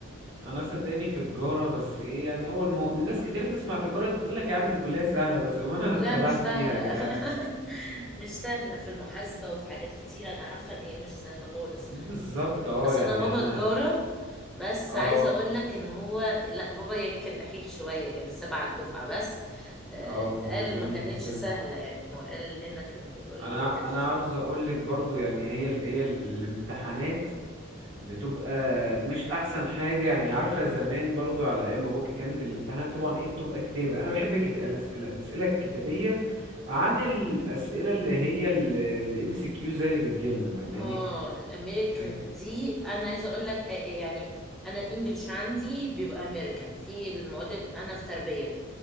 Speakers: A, on the right; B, in the centre.
A: انا صدقني في تجاره بس ايه يعني هو المو... الناس كتير تسمع تجاره دي تقول لك يا عم دي كلها سهله بس بأمانة انا
B: لا
A: اتخدعت
B: مش سهله
A: فيها يا جدعان
B: <laughs> مش سهله في المحاسبه وفي حاجات كتير انا عارفه ان هي مش سهله خالص
A: بالظبط اه
B: اصل
A: يعني
B: انا بابا
A: انا
B: تجاره بس
A: اه
B: عايزه اقول لك ان هو لا بابا يعني كان دحيح شويه كان السبعه الدفعه بس آه،
A: اه بالظبط
B: قال
A: جميل
B: ما كانتش
A: جدا
B: سهله يعني هو قال لنا كان بيقول
A: انا
B: لي ما كانش
A: انا عاوز اقول لك برضو يعني هي ال... هي ال- الامتحانات بتبقى مش احسن حاجه يعني عارفه زمان برضو على ايام باباكي كانت الامتحانات طبعا ايه بتبقى كتابه انا بحب الكت... الأس- الامثله الكتابيه عن الأسئلة
B: سهل
A: اللي هي الام سي كيو زي اللي بتجيلنا فاهماني
B: اه الامريكان
A: يعني
B: دي انا عايزه اقول لك آه، آه، يعني انا الانجليش عندي بيبقى امريكان في المواد انا في تربيه